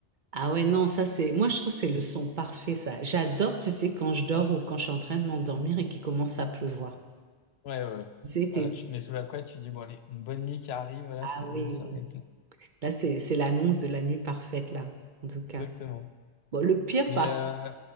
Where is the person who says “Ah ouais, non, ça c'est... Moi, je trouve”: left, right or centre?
Right